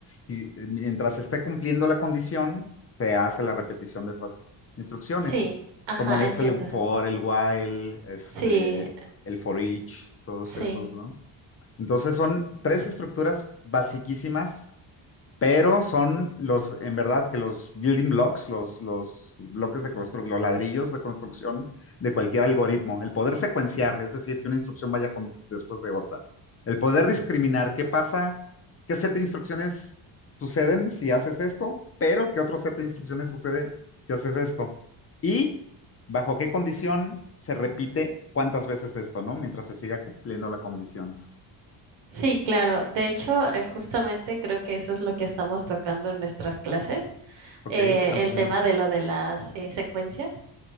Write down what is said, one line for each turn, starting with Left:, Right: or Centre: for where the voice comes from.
Left: si- mientras se esté cumpliendo la condición, se hace la repetición de esas instrucciones,
Right: Sí, ajá,
Left: como es
Right: entiendo.
Left: el for, el while, este,
Right: Sí,
Left: el for each, todos
Right: sí.
Left: esos, ¿no? Entonces son tres estructuras basiquísimas pero son los, en verdad, que los building blocks, los, los bloques de construcción, los ladrillos de construcción de cualquier algoritmo. El poder secuenciar, es decir, que una instrucción vaya con- después de otra. El poder discriminar qué pasa, qué set de instrucciones suceden si haces esto, pero qué otro set de instrucciones sucede si haces esto. Y bajo qué condición se repite cuántas veces esto, ¿no? Mientras se siga cumpliendo la condición.
Right: Sí, claro. De hecho, eh, justamente creo que eso es lo que estamos tocando en nuestras clases,
Left: ¿Ok?
Right: eh,
Left: Ujú.
Right: el tema de lo de las eh, secuencias.